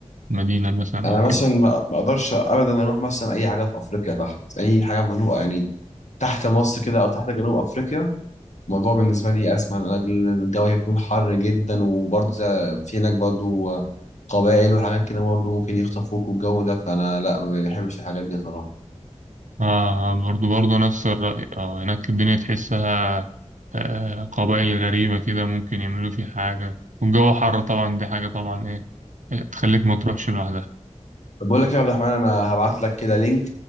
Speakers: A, on the right; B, on the left.
A: مدينة مثلا
B: أنا
A: أو
B: مثلا
A: كده
B: ما ما أقدرش أبدا أروح مثلا أي حاجة في أفريقيا تحت أي حاجة في جنوب يعني تحت مصر كده أو تحت جنوب أفريقيا الموضوع بالنسبة لي أسمع من أجل إن الجو هيكون حر جدا وبرضه زي- في هناك برضه قبائل وحاجات كده برضه ممكن يخطفوك والجو ده فأنا لا ما بحبش الحاجات دي صراحة
A: آه برضه برضه نفس الرأي آه هناك الدنيا تحسها آه قبائل غريبة كده ممكن يعملوا في حاجة والجو حر طبعا دي حاجة طبعا إيه إيه، تخليك ما تروحش لوحدها
B: طب بقول لك إيه يا عبد الرحمن أنا هبعت لك كده لينك